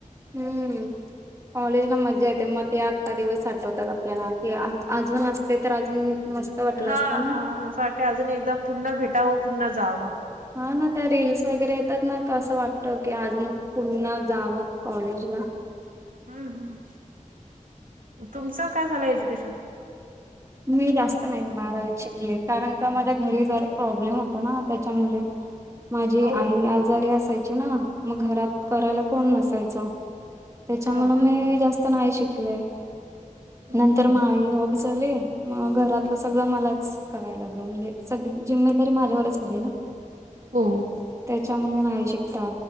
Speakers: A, on the right (about 20°); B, on the right (about 80°).
A: हम्म. कॉलेज ला मज्जा येते मग या आत दिवस आठवतात, आपल्याला की अजून असते तर अजून मस्त वाटलं
B: हा
A: असतं ना
B: हा असं वाट अजून एकदा पुन्हा भेटावं पुन्हा जावं.
A: हा ना त्या रीलस वगैरे येतात ना असं वाटतं की अजून पुन्हा जावं कॉलेजला
B: हम्म ह् तुमचं काय झालं एज्युकेशन
A: मी जास्त नाही बारावीत शिकले कारण का माझ्या घरी जरा प्रॉब्लेम होत ना त्याच्यामुळे माझी
B: ओ
A: आई आजारी असायची ना मग घरात करायला कोण नसायचा. त्याच्यामुळे
B: हो का?
A: मी जास्त नाही शिकले.
B: हम्म
A: नंतर
B: हम्म
A: मग आई ऑफ झाले. मग घरातलं सगळं मलाच करायला लागलं म्हणजे सग जिम्मेदारी माझ्यावरच झाली ना <unintelligible>
B: हो
A: त्याच्यामुळे नाही शिकता